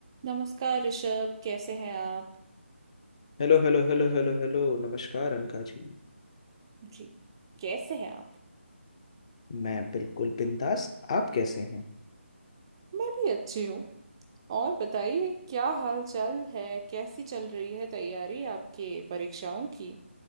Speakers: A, on the right; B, on the left.
A: नमस्कार ऋषभ कैसे हैं आप
B: Hello hello hello hello hello नमस्कार अनका जी
A: जी कैसे हैं आप
B: मैं बिल्कुल बिंदास आप कैसे हैं
A: मैं भी अच्छी हूँ और बताइए क्या हाल चाल है कैसी चल रही है तैयारी आपके परीक्षाओं की